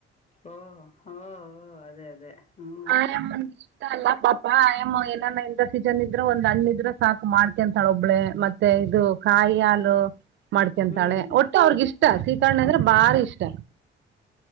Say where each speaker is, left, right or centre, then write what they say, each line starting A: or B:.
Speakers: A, on the left; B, on the right.
A: ಓ ಓ ಅದೇ ಅದೇ ಹ್ಞೂ
B: ಅಯ್ ಅಮ್ಮನಿಗೆ ಇಷ್ಟ ಅಲ್ಲ ಪಾಪ ಹಾ ಮ್ಮ ಏನಾನ ಇ ಸೀಜನ್ ಇದ್ರೆ ಒಂದ್ ಹಣ್ಣಿದ್ರೆ ಸಾಕು ಮಾಡ್ತ ಅಂತಾಳ ಒಬ್ಬಳೆ ಮತ್ತೆ ಇದು ಕಾಯಿ ಹಾಲು ಮಾಡ್ಕಂತಾಳೆ
A: ಹ್ಞೂ
B: ಒಟ್ಟು ಅವ್ರಗ ಇಷ್ಟ
A: ಹೌದು
B: ಶೀಖರ್ಣಿ ಅಂದ್ರೆ ಬಾರಿ ಇಷ್ಟ